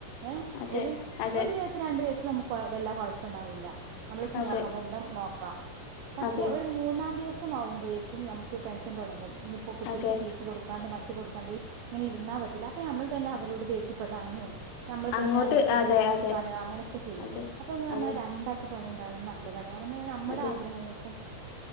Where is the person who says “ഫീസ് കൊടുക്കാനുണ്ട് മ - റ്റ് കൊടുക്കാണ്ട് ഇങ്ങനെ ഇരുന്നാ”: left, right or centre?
Right